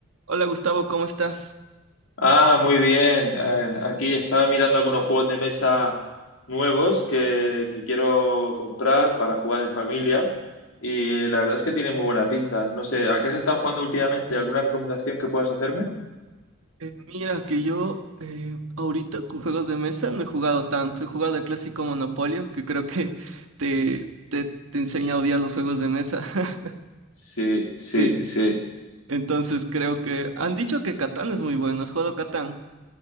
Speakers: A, on the right; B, on the left.
A: Hola Gustavo, ¿cómo estás?
B: Ah, muy bien. Eh, aquí estaba mirando algunos juegos de mesa nuevos que, que quiero comprar para jugar en familia y la verdad es que tiene muy buena pinta. No sé, ¿a qué has estado jugando últimamente? ¿Alguna recomendación que puedas hacerme?
A: Eh, mira que yo eh, ahorita con juegos de mesa no he jugado tanto, he jugado el clásico Monopolio, que creo que <laughs> te, te, te enseña a odiar los juegos de mesa. <laughs>
B: Sí, sí,
A: Sí,
B: sí.
A: entonces creo que han dicho que Catán es muy bueno, ¿has jugado Catán?